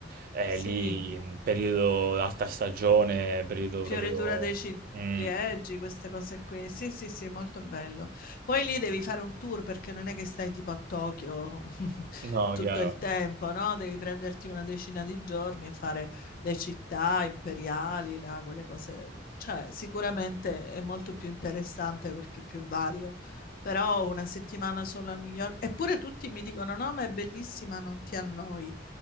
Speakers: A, on the right; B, on the left.
A: e
B: sì,
A: lì, mhmm, periodo alta stagione, periodo
B: Fioritura
A: proprio
B: dei ciliegi,
A: mh,
B: queste cose qui. Sì, sì, sì, molto bello. Poi lì devi fare un tour perché non è che stai tipo a Tokyo <laughs>
A: no,
B: tutto
A: chiaro.
B: il tempo, no? Devi prenderti una decina di giorni e fare le città imperiali, là, quelle cose. Cioè, sicuramente è molto più interessante perché è più vario. Però una settimana solo a New York. Eppure tutti mi dicono: no, ma è bellissima, non ti annoi.